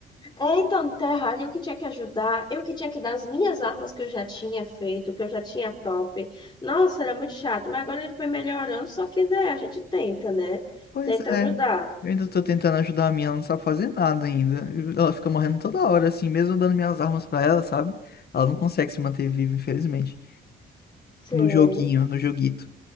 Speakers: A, on the left (about 20°); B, on the left (about 50°).
A: É, então, no Terraria, eu que tinha que ajudar, eu que tinha que dar as minhas armas que eu já tinha feito, que eu já tinha top. Nossa, era muito chato, mas agora ele foi melhorando, só que né, a gente tenta, né?
B: Pois
A: Tenta
B: é,
A: ajudar.
B: eu ainda tô tentando ajudar a minha, ela não sabe fazer nada ainda. Ela fica morrendo toda hora, assim, mesmo dando minhas armas pra ela, sabe? Ela não consegue se manter viva, infelizmente.
A: Sei.
B: No joguinho, no joguito.